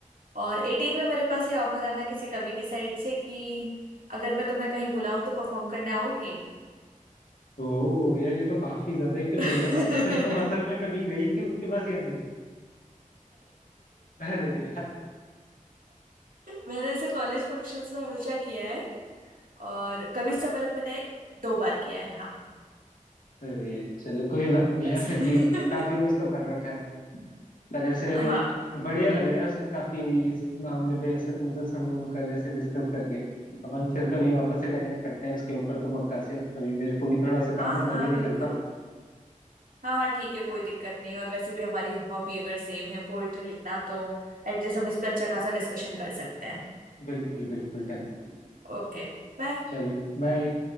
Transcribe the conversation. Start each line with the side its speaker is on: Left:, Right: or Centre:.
Right: और एटीन में मेरे पास ये ऑफर आना किसी कवि की साइड से कि अगर मैं तुम्हें कहीं बुलाऊं तो परफॉर्म करने आओगी
Left: ओ यार ये तो काफी ज्यादा ही फिर बढ़िया
Right: <laughs>
Left: बात
Right: नहीं
Left: है फिर तुम असल में कभी गई थी उसके पास या नहीं <laughs> अरे यार
Right: मैंने ऐसे कॉलेज फंक्शंस में हमेशा किया है और कवि सम्मेलन मैंने दो बार किया है हाँ
Left: अरे चलो कोई बात नहीं
Right: बस
Left: है फिर
Right: <laughs>
Left: भी काफी कुछ तो कर रखा है यार ऐसे
Right: हाँ
Left: बढ़िया लगा यार सर काफी इस मामले पे ऐसे तुमसे सुन सुन कर ऐसे डिस्कस करके अपन फिर कभी वापस से कनेक्ट करते हैं इसके ऊपर तो पक्का से अभी मेरे को भी थोड़ा सा काम
Right: हाँ
Left: है मैं
Right: हाँ
Left: भी निकलता
Right: बिल्कुल
Left: हूँ
Right: हाँ हाँ ठीक है कोई दिक्कत नहीं और वैसे भी हमारी हॉबी अगर सेम है पोएट्री लिखना तो एटलीस्ट हम इस पे अच्छा खासा डिस्कशन कर सकते हैं
Left: बिल्कुल बिल्कुल डन
Right: ओके बाय
Left: चलो बाय